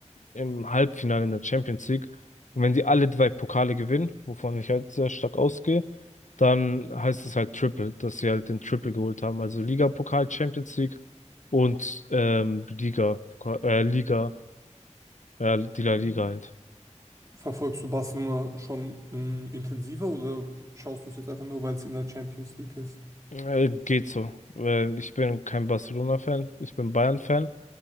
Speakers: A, on the left (about 85°); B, on the right (about 25°).
A: im Halbfinale in der Champions League. Und wenn die alle drei Pokale gewinnen, wovon ich halt sehr stark ausgehe, dann heißt es halt Triple, dass sie halt den Triple geholt haben. Also Liga-Pokal, Champions League und ähm, Liga, äh, Liga, äh, die La Liga halt.
B: Verfolgst du Barcelona schon mh, intensiver oder schaust du es jetzt einfach nur, weil es in der Champions League ist?
A: Äh, geht so. Äh, ich bin kein Barcelona-Fan, ich bin Bayern-Fan,